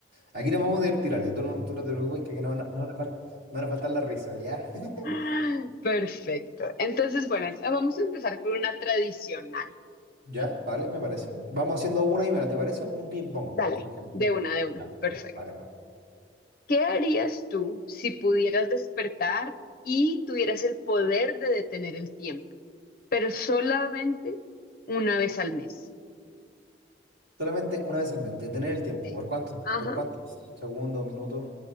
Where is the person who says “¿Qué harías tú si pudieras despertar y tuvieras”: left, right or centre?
Left